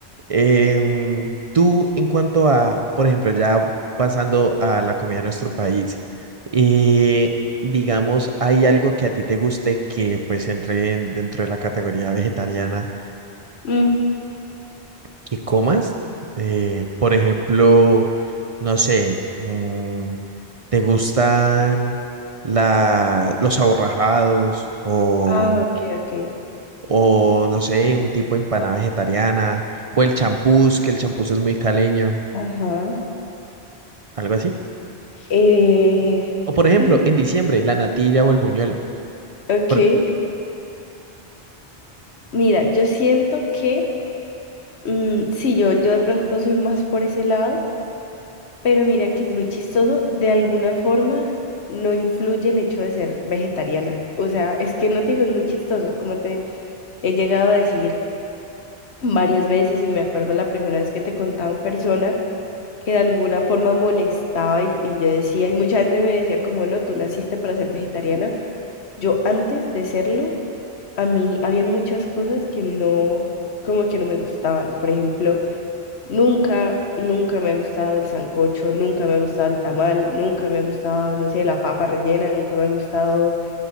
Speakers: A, on the right; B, on the left.
A: Em, tú, en cuanto a, por ejemplo, ya pasando a la comida de nuestro país, eh, digamos, ¿hay algo que a ti te guste que pues entre en- dentro de la categoría vegetariana
B: Mm,
A: que comas. eh, por ejemplo, no sé, mm, ¿te gustan la, los aborrajados o,
B: ah, ok, ok.
A: o, no sé, un tipo de empanada vegetariana o el champús, que el champús es muy caleño,
B: Ajá.
A: algo así?
B: Eh,
A: O por ejemplo,
B: mm,
A: en diciembre, la natilla o el buñuelo.
B: ok.
A: Por-
B: Mira, yo siento que, mm, sí, yo, yo de pronto soy más por ese lado, pero mira que es muy chistoso, de alguna forma no influye el hecho de ser vegetariana. O sea, es que no te digo, es muy chistoso, como te he llegado a decir. varias veces y me acuerdo la primera vez que te contaba en persona que de alguna forma molestaba y, y yo decía, y mucha gente me decía como, no, tú naciste para ser vegetariana. Yo antes de serlo, a mí habían muchas cosas que no, como que no me gustaban. Por ejemplo, nunca, nunca me ha gustado el sancocho, nunca me ha gustado el tamal, nunca me ha gustado, no sé, la papa rellena, nunca me ha gustado,